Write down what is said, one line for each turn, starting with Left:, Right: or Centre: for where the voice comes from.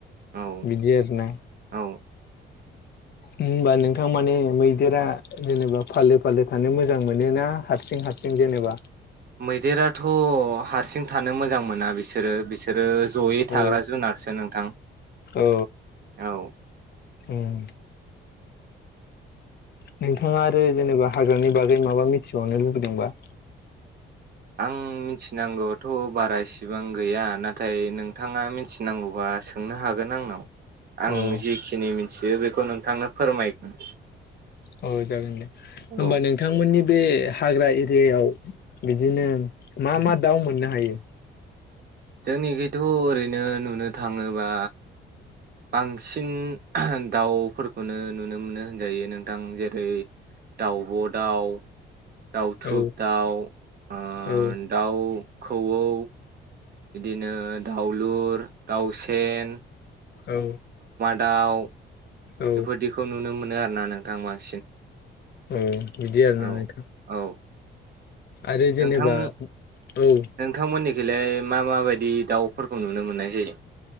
Right: औ
Left: बिदि आरोना
Right: औ
Left: होमबा नोंथां माने मैदेरा जेनेबा फालो फालो थानो मोजां मोनो ना हारसिं हार हारसिं जेनेबा
Right: मैदेराथ' हारसिं थानो मोजां मोना बिसोरो बिसोरो जयै थाग्रा
Left: औ
Right: जुनारसो नोंथां
Left: औ
Right: औ
Left: ओम नोंथाङा आरो जेनेबा हाग्रानि बागै माबा मिथिबावनो लुबैदोंबा
Right: आं मिथिनांगौथ' बारा इसिबां गैया नाथाय नोंथाङा मिथिनांगौबा सोंनो हागोन आंनाव आं
Left: औ
Right: जिखिनि मिथियो बेखौ नोंथांनो फोरमायगोन
Left: औ जागोन दे होमबा
Right: औ
Left: नोंथांमोननि बे हाग्रा एरियायाव बिदिनो मा मा दाउ मोननो हायो
Right: जोंनिखिथ' ओरैनो नुनो थाङोबा बांसिन दाउफोरखौनो नुनो मोनो होनजायो नोंथां जेरै दाउब' दाउ दाउथुब
Left: औ
Right: दाउ अ
Left: औ
Right: दाउ खौवौ बिदिनो दाउलुर दाउसेेन
Left: औ
Right: दाउ
Left: औ
Right: बेफोरदिखौ नुनो मोनो आरो ना नोंथां बांसिन
Left: औ बिदि आरो ना
Right: औ
Left: नोंथां
Right: औ
Left: आरो जेनेबा
Right: नोंथां
Left: औ
Right: नोंथांमोननिखैलाय मा माबायदि दाउफोरखौ नुनो मोननाय जायो